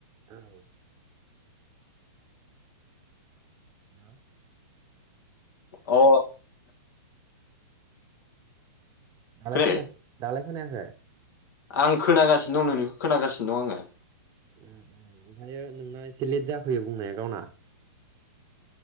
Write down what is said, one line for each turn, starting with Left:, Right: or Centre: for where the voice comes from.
Right: औ ह
Left: अ
Right: दालाय
Left: खोनायाखै
Right: खोना दालाय खोनायाखै?
Left: आं खोनागासिनो दं नोंनिखौ खोनागासिनो दं आङो
Right: उम उम ओमफ्रायायो नोंना एसे लेट जाफैयो बुंनाया गावना